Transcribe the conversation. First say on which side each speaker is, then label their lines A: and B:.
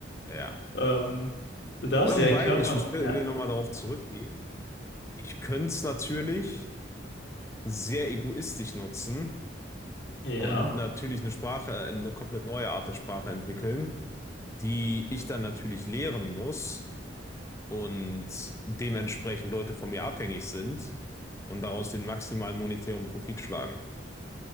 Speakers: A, on the left; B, on the left.
A: Ja.
B: Ähm, du darfst
A: Oder
B: dir
A: wobei,
B: einen Körper.
A: ich, ich will,
B: Ja.
A: will nochmal darauf zurückgehen. Ich könnte es natürlich. sehr egoistisch nutzen
B: Ja,
A: und natürlich eine Sprache, äh, eine komplett neue Art der Sprache entwickeln, die ich dann natürlich lehren muss und dementsprechend Leute von mir abhängig sind und daraus den maximalen monetären Profit schlagen.